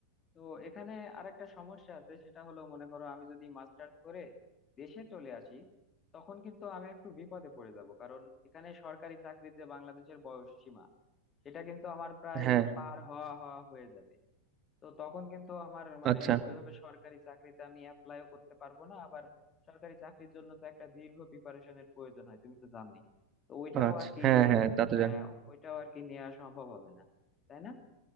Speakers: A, on the left (about 25°); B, on the right (about 30°).
A: তো এখানে আরেকটা সমস্যা আছে সেটা হলো মনে করো আমি যদি মাস্টার্স করে দেশে চলে আসি তখন কিন্তু আমি একটু বিপদে পড়ে যাব কারণ এখানে সরকারি চাকরির যে বাংলাদেশের বয়স সীমা সেটা কিন্তু আমার প্রায়
B: হ্যাঁ
A: পার হওয়া হওয়া হয়ে যাবে তো তখন কিন্তু আমার মানে
B: আচ্ছা
A: ওইভাবে সরকারি চাকরিতে আমি অ্যাপ্লাইও করতে পারবো না আবার সরকারি চাকরির জন্য তো একটা দীর্ঘ প্রিপারেশনের প্রয়োজন হয় তুমি তো জানোই তো ওইটাও
B: আচ্ছা
A: আর কি
B: হ্যাঁ হ্যাঁ তা তো
A: হ্যাঁ
B: জানি
A: ওইটাও আর কি নেওয়া সম্ভব হবে না তাই না